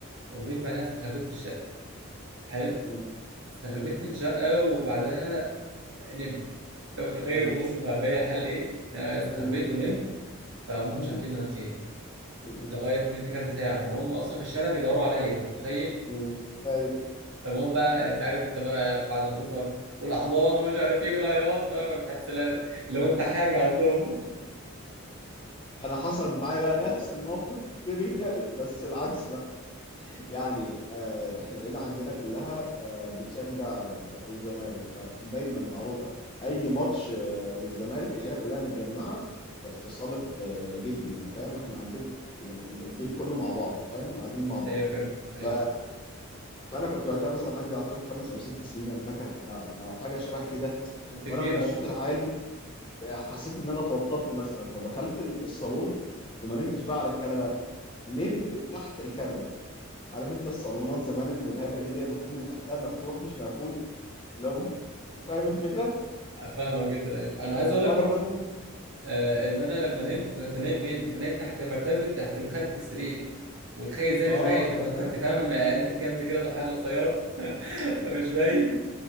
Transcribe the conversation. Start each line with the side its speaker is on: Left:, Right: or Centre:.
Right: وجيت بعدها استخبيت في الشقه حلو
Left: م-
Right: استخبيت
Left: م-
Right: في الشقه وبعدها نمت انت متخيل
Left: م-
Right: وصل مع بيا الحل ايه؟ إن انا استخبيت
Left: م-
Right: ونمت فهم
Left: م-
Right: مش عارفين انا فين
Left: م-
Right: لغايه نمت كذا ساعه وهم اصلا في الشارع بيدوروا عليا انت متخيل؟
Left: م- ايوه
Right: فالمهم بقى انت عارف انت بقى بعد ما تظهر والاحضان ومش عارف ايه والعياط فاهم تحس لا- لو انت حاجه عندهم
Left: انا حصل معايا بقى نفس الموقف <laughs> تيبيكال بس العكس بقى يعني آه، احنا العيله عندنا كلها آه، بتشجع آه، الزمالك فدايما معروفه اي ماتش آه، للزمالك العيله كلها متجمعه ف- في صاله آه، جدي يعني فاهم احنا البيت يعني ال- البيت كله مع بعض فاهم قاعدين
Right: <laughs>
Left: مع بعض
Right: ايوه فهمت ايوه
Left: ف فانا كنت وقتها مثلا عندي اعتقد خمس او ست سنين انا فاكر آه، او حاجه شبه كده
Right: كنت كبير
Left: فانا من الصوت
Right: اهو
Left: العالي حسيت ان انا اتوترت مثلا فدخلت ال- الصالون وما نمتش بقى على الكنبه نمت تحت الكنبه عارف انت الصالونات زمان المذهبه دي اللي هي بتكون من تحتها مفتوح مش مقفول اللي هو بج- فاهم الفكره
Right: <laughs> فاهمك جدا ايوه انا عايز اقول
Left: وانا
Right: لك برضو
Left: كنت
Right: آه ان انا لما نمت كنت نايم فين؟ كنت نايم تحت مرتبه تحت مخده السرير وتخيل ازاي
Left: اه
Right: مش باين عشان
Left: كمان
Right: كنت كنت فاهم آه، علبه كنز كده ولا حاجه قصيره فمش باين